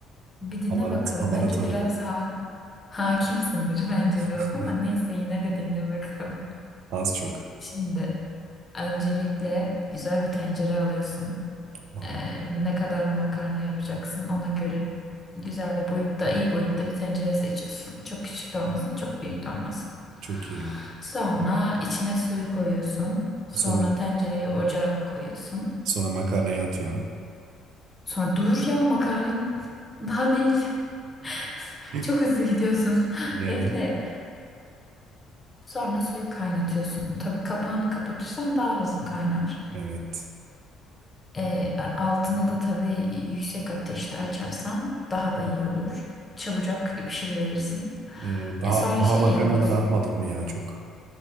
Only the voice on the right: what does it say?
Hamarat,
hamarat
hanım.
<laughs>
Az çok.
Aa,
çok iyi.
Sonra
sonra makarnaya atıyorsun. <clears throat>
<laughs>
Ee,
evet.
Ee, daha
daha
makarnaları
atmadık mı ya? Çok